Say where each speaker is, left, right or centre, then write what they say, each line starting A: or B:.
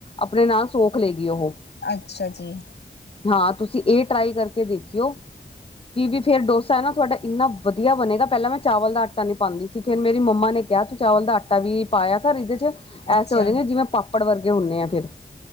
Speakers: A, on the left (about 30°); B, on the left (about 75°).
A: ਆਪਣੇ ਨਾਲ ਸੋਖ ਲਏਗੀ ਉਹ
B: ਅੱਛਾ ਜੀ।
A: ਹਾਂ ਤੁਸੀਂ ਇਹ ਟਰਾਈ ਕਰਕੇ ਦੇਖਿਓ। ਕੀ ਵੀ ਫੇਰ ਡੋਸਾ ਹੈ ਨਾ ਤੁਹਾਡਾ ਇੰਨਾ ਵਧੀਆ ਬਣੇਗਾ ਪਹਿਲਾਂ ਮੈਂ ਚਾਵਲ ਦਾ ਆਟਾ ਨੀ ਪਾਦੀ ਸੀ ਫੇਿਰ ਮੇਰੀ ਮੰਮਾ ਨੇ ਕਿਹਾ ਤੂੰ ਚਾਵਲ ਦਾ ਆਟਾ ਵੀ ਪਾਇਆ ਕਰ ਇਹਦੇ ਚ
B: ਅੱਛਾ
A: ਐਸੇ ਹੋ ਜਾਏਗੇ ਜਿਵੇਂ ਪਾਪ ੜ ਵਰਗੇ ਹੁੰਣੇ ਆ ਫੇਰ